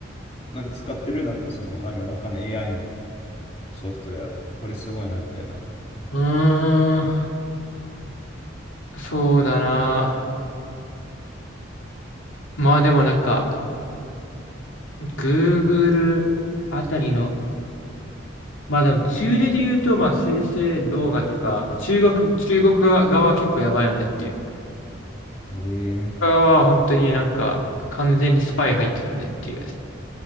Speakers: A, on the left; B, on the left.
A: なんか使ってるなんかその、何わかんない AI のソフトウェア。これすごいな、みたいな。
B: うーん、そうだな。まあでもなんか、Google あたりの、まあでも中でで言うと、まあ生成動画とか、中国、中国側は結構やばいよねっていう。中
A: ええ
B: 国側は本当になんか、完全にスパイ入ってるよねっていう。